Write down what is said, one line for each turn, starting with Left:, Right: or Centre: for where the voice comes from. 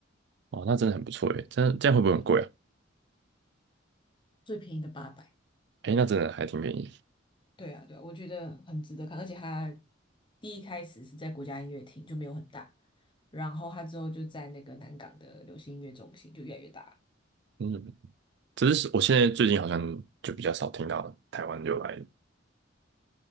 Right: 哦，那真的很不错诶，真的这样会不会很贵啊？
Left: 这样最便宜的八百。
Right: 哎，那真的还挺便宜。
Left: 对啊，对啊，我觉得很值得看，而且他第一开始是在国家音乐厅，就没有很大，然后他之后就在那个南港的流行音乐中心就越来越大，
Right: 嗯，只是我现在最近好像就比较少听到台湾就来。